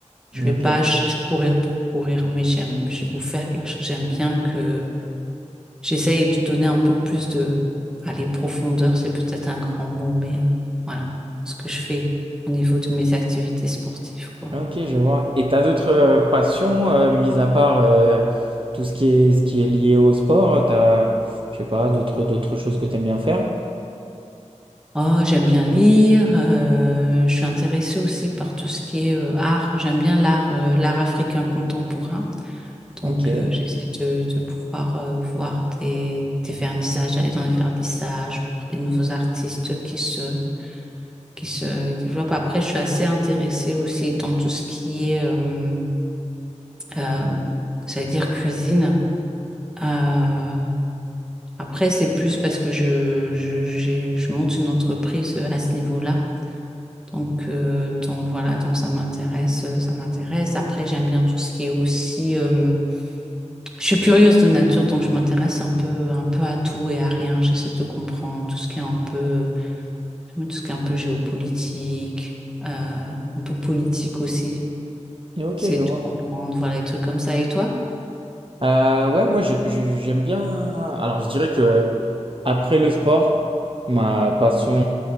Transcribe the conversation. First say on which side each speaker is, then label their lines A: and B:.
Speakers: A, in the centre; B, on the right.
A: Je vais pas
B: Ok.
A: ch- courir pour courir, mais j'aime, je- ou faire quelque chose. J'aime bien que J'essaye de donner un peu plus de... Allez, profondeur, c'est peut-être un grand mot, mais euh, voilà ce que je fais au niveau de mes activités sportives, quoi.
B: Ah, Ok, je vois. Et t'as d'autres euh, passions, euh, mis à part euh, tout ce qui est, ce qui est lié au sport, t'as, je sais pas, d'autres, d'autres choses que t'aimes bien faire?
A: Oh, j'aime bien lire. euh, je suis intéressée aussi par tout ce qui est euh, art. J'aime bien l'art, euh, l'art africain contemporain.
B: Ok,
A: Donc, euh, j'essaie de, de pouvoir euh, voir des, des vernissages, aller dans les vernissages, voir les nouveaux artistes qui se, qui se développent. Après, je suis assez intéressée aussi dans tout ce qui est... euh, Euh, j'allais dire cuisine. Euh, après, c'est plus parce que je, je, j'ai- je monte une entreprise à ce niveau-là. Donc, euh, donc voilà, donc ça m'intéresse, euh, ça m'intéresse. Après, j'aime bien tout ce qui est aussi. euh, je suis curieuse de nature, donc je m'intéresse un peu, un peu à tout et à rien. J'essaie de comprendre tout ce qui est un peu, tout ce qui est un peu géopolitique, euh, un peu politique aussi.
B: ok,
A: C'est
B: je
A: de
B: vois.
A: comprendre, voilà, les trucs comme ça. Et toi?
B: Euh, ouais, moi j'ai- j'ai- j'aime bien. Alors je dirais que après le sport, ma passion